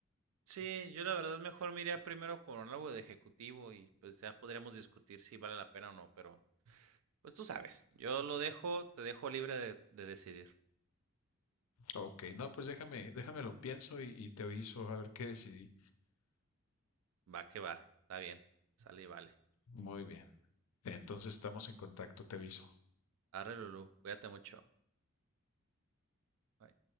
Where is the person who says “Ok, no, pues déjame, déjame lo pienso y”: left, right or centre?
Left